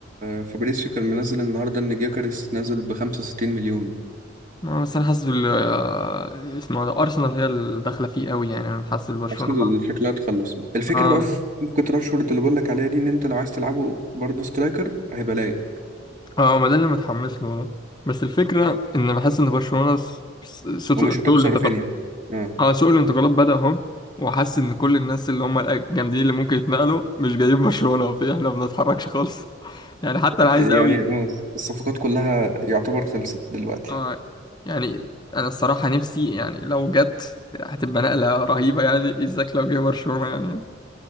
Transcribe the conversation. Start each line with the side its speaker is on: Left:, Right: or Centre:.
Right: فابريسيو كان منزل النهاردة ان جيكاريس نازل ب 65 مليون
Left: آه، بس انا حاسس بال آه، اسمه ده ارسنال هي اللي داخله فيه قوي يعني انا حاسس برشلونه
Right: ارسنال
Left: مع
Right: شكلها تخلص الفكرة
Left: اه
Right: بقى في كنت راشفورد اللي بقولك عليها دي ان انت لو عايز تلعبه برضو سترايكر هيبقى لايق
Left: اه ما ده اللي متحمس له بس الفكره ان بحس ان برشلونه س- س- سوق
Right: ومش هتخسر
Left: الانتقالات
Right: رافينيا اه
Left: اه سوق الانتقالات بدأ اهو وحاسس ان كل الناس اللي هم الجامدين اللي ممكن يتنقلوا مش جايين برشلونه وفي احنا ما بنتحركش خالص <laughs> يعني حتى انا عايز
Right: يعني
Left: قوي
Right: آه، الصفقات كلها يعتبر خلصت دلوقتي
Left: اه يعني انا الصراحه نفسي يعني لو جت هتبقى نقله رهيبه يعني ازاك لو جه برشلونه يعني